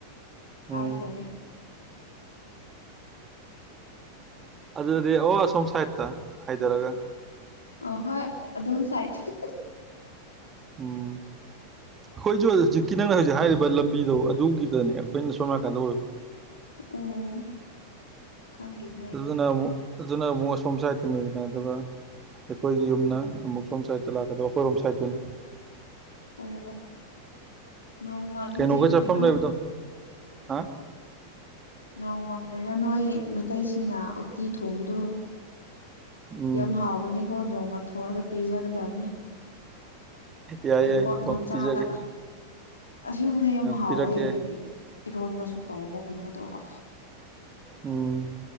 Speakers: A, on the left; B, on the right.
A: ꯍꯥꯏꯈ꯭ꯔꯒꯦ
B: ꯎꯝ ꯑꯗꯨꯗꯤ ꯑꯣ ꯑꯁꯣꯝ ꯁꯥꯏꯠꯇ ꯍꯥꯥꯏꯗꯔꯒ
A: ꯑ ꯍꯣꯏ ꯑꯗꯨꯝ ꯁꯥꯏꯠꯇ
B: ꯎꯝ ꯑꯩꯈꯣꯏꯖꯨ ꯍꯧꯖꯤꯛꯀꯤ ꯅꯪꯅ ꯍꯧꯖꯤꯛ ꯍꯥꯏꯔꯤꯕ ꯂꯝꯕꯤꯗꯣ ꯑꯗꯨꯒꯤ ꯑꯗꯨꯅꯦ ꯑꯈꯣꯏꯅ ꯁꯣꯝꯅꯥꯀꯥꯟꯗ ꯑꯣꯏꯕ
A: ꯑꯣ ꯈꯪꯗꯦꯍꯦ
B: ꯑꯗꯨꯅ ꯑꯃꯨꯛ ꯑꯗꯨꯅ ꯑꯃꯨꯛ ꯑꯁꯣꯝ ꯁꯋꯥꯏꯠꯇꯅꯦꯗꯅ ꯑꯗꯨꯒ ꯑꯩꯈꯣꯏꯒꯤ
A: ꯎꯝ
B: ꯌꯨꯝꯅ ꯑꯃꯨꯛ ꯁꯣꯝ ꯁꯥꯏꯗꯠꯇ ꯂꯥꯛꯀꯗꯧ ꯑꯈꯣꯏꯔꯣꯝ ꯁꯥꯏꯠꯇꯨꯅꯤ
A: ꯑꯣ ꯑꯣ ꯅꯣꯡꯃ ꯑꯗꯨꯗꯤ
B: ꯀꯩꯅꯣꯒ ꯆꯐꯝ
A: ꯀꯔꯤꯅꯣ
B: ꯂꯩꯕꯗꯣ ꯍꯥ
A: ꯅꯣꯡꯃ ꯀꯔꯤꯔ ꯅꯣꯏ ꯃꯩꯇꯩꯁꯤꯡꯅ ꯎꯠꯇꯤ ꯊꯣꯡꯕꯗꯣ
B: ꯎꯝ
A: ꯌꯥꯝ ꯍꯥꯎꯕꯅꯦꯀꯣ ꯅꯣꯡꯃ ꯊꯣꯡꯔꯒ ꯄꯤꯖꯒꯗꯕꯅꯦ
B: ꯌꯥꯏ
A: ꯇꯦꯡꯀꯣꯠ
B: ꯌꯥꯏ
A: ꯃꯆꯥꯗ
B: ꯄꯤꯖꯒꯦ
A: ꯑꯁꯤꯕꯅꯦ ꯌꯥꯝ ꯍꯥꯎꯋꯦ
B: ꯄꯤꯔꯛꯀꯦ
A: ꯏꯔꯣꯟꯕꯁꯨ ꯇꯧꯕꯒꯨꯝꯕꯗꯣ ꯑ
B: ꯎꯝ